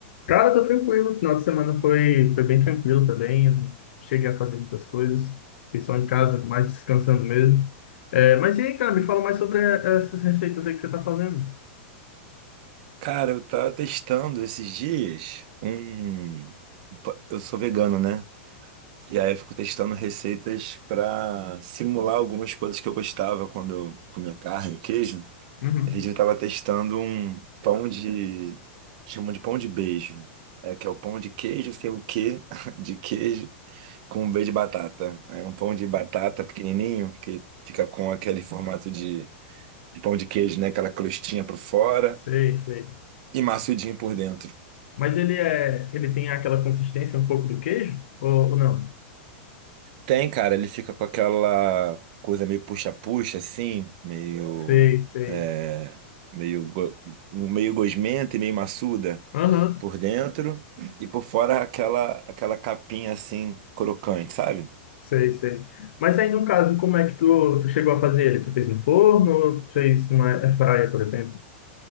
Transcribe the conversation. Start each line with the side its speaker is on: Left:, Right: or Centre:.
Left: Cara, tô tranquilo. O final de semana foi, foi bem tranquilo também. Eu não cheguei a fazer muitas coisas. Fiquei só em casa, mais descansando mesmo. É, mas e aí, cara, me fala mais sobre eh, essas receitas aí que você tá fazendo.
Right: Cara, eu tava testando esses dias um. Eu sou vegano, né? E aí eu fico testando receitas pra simular algumas coisas que eu gostava quando eu comia carne, queijo.
Left: Uhum.
Right: Esse dia eu tava testando um pão de. Chamam de pão de beijo. É que é o pão de queijo sem o quê <laughs> de queijo com um beijo de batata. É um pão de batata pequenininho que fica com aquele formato de, de pão de queijo, né? Aquela crostinha por fora
Left: Sei, sei.
Right: e maçudinho por dentro.
Left: Mas ele é, ele tem aquela consistência um pouco do queijo? Ou, ou não?
Right: Tem, cara, ele fica com aquela coisa meio puxa-puxa, assim, meio.
Left: Sei, sei.
Right: é, meio, go- meio gosmenta e meio maçuda
Left: Aham.
Right: por dentro, e por fora aquela, aquela capinha assim, crocante, sabe?
Left: Sei, sei. Mas aí, no caso, como é que tu, tu chegou a fazer ele? Tu fez no forno ou tu fez uma airfryer, por exemplo?